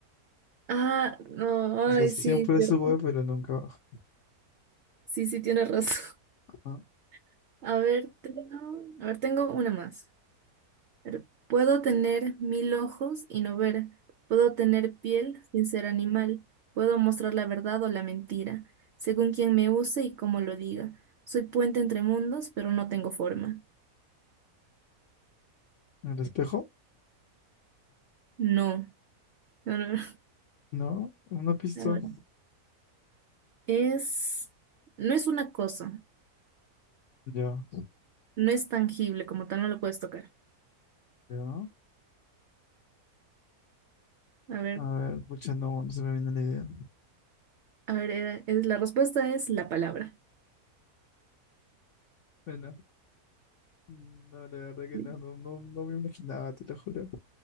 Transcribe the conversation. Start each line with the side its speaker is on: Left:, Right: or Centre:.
Right: Ah, no, ay,
Left: O sea, siempre
Right: sí, cierto.
Left: sube, pero nunca baja.
Right: Sí, sí, tienes razón.
Left: ¿no?
Right: <laughs> A ver, tengo, a ver, tengo una más. A ver, Puedo tener mil ojos y no ver. Puedo tener piel sin ser animal. Puedo mostrar la verdad o la mentira, según quien me use y cómo lo diga. Soy puente entre mundos, pero no tengo forma.
Left: ¿El espejo?
Right: No. No, no, no.
Left: No, una pista.
Right: A ver. Es, no es una cosa,
Left: Yo,
Right: no es tangible, como tal, no lo puedes tocar.
Left: yo.
Right: A ver,
Left: A ver, pucha, no, no se me viene la idea.
Right: a ver, era- es- la respuesta es la palabra.
Left: Bueno, no, la verdad que
Right: Sí,
Left: no, no, no, no me imaginaba, te lo juro.